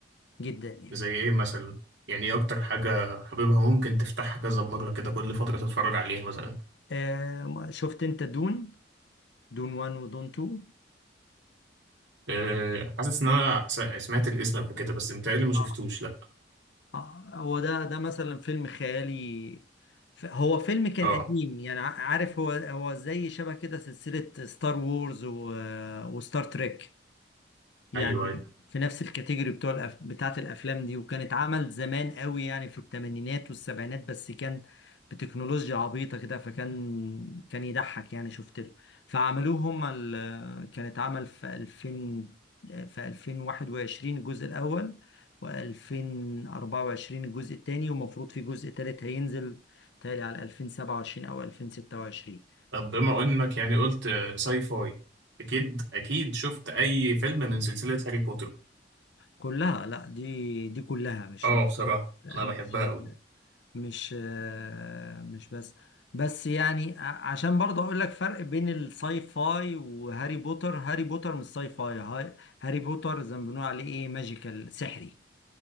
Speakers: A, on the left; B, on the right.
A: جدا يعني
B: زي إيه مثلا يعني إيه أكتر حاجة حبيبها ممكن تفتحها كذا مرة كده كل فترة تتفرج عليها مثلا
A: آه شفت أنت دون دون 1 ودون 2
B: أه، حاسس إن أنا س- سمعت الاسم قبل كده بس متهيألي ما شفتوش
A: آه.
B: لا
A: آه، هو ده ده مثلا فيلم خيالي ف- هو فيلم كان
B: اه
A: قديم يعني ع- عارف هو هو زي شبه كده سلسلة ستار وورز و... وستار تريك يعني
B: ايوه أيوة.
A: في نفس الكاتيجوري بتوع الأف... بتاعت الافلام دي وكانت عمل زمان قوي يعني في الثمانينات والسبعينات بس كان بتكنولوجيا عبيطة كده فكان كان يضحك يعني شفت له فعملوه هما ال... كانت عمل في 2000 في 2021 الجزء الاول و2024 الجزء الثاني ومفروض في جزء ثالث هينزل تالي على 2027 او 2026
B: طب بما انك يعني قلت ساي فاي اكيد اكيد شفت اي فيلم من سلسلة هاري بوتر
A: كلها لا دي دي كلها مش
B: اه بصراحة
A: مش
B: انا بحبها قوي
A: مش آه، مش بس بس يعني ع- عشان برضه اقول لك فرق بين الساي فاي وهاري بوتر هاري بوتر مش ساي فاي هاي- هاري بوتر زي ما بنقول عليه ايه ماجيكال سحري